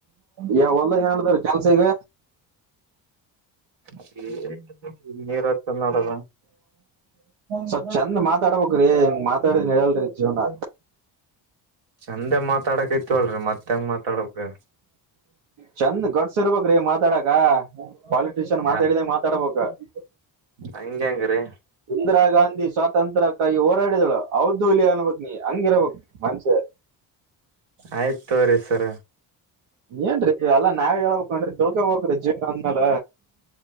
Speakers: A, on the right; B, on the right.
A: ಯ ಹೊಲ್ದಾಗ ಏ ಮಾಡ್ದಾರ ಕೆಲ್ಸ ಈಗ.
B: ಹ್ಮ ನೀರ ಚ ನಡದ
A: ಸ್ವಲ್ ಚಂದ ಮಾತಾಡ್ಬೇಕ್ರಿ ಹಿಂಗ್ ಮಾತಾಡಿದ್ರ ನಡೆಯಲ್ರಿ ಜೀವನ.
B: ಚಂದೆ ಮಾತ್ ಮಾತಾಡಕ್ ಇತ್ ಅಳರಿ ಮತ್ತ ಹೆಂಗ ಮಾತಾಡ್ಬೇಕ.
A: ಚಂದ್ ಗಟ್ಸ್ ಇರ್ಬೇಕ್ರಿ ಮಾತಾಡಕ ಪಾಲಿಟಿಷಿಯನ್ ಮಾತಾಡಿದಾಗ
B: ಯಾ
A: ಮಾತಾಡ್ಬೇಕ <inaudible>
B: ಹಂಗ್ಯಾಂಗ್ರಿ
A: ಇಂದಿರಾ ಗಾಂಧಿ ಸ್ವಾತಂತ್ರ್ಯಕ್ಕಾಗಿ ಹೋರಾಡಿದಳು ಹೌದು ಹುಲಿಯ ಅನ್ಬೇಕ್ ನೀ ಹಂಗಿರಬಕ್ ಮನ್ಷೆ
B: ಆಯ್ತ್ ತಗೋರಿ ಸರ
A: ಏನ್ರೀ ಎಲ್ಲ ನಾವೇ ಹೇಳ್ಬೇಕನ್ ರೀ ತಿಳ್ಕೋಬ್ರಿ ಜೀವನ ಅಂದ್ಮೇಲ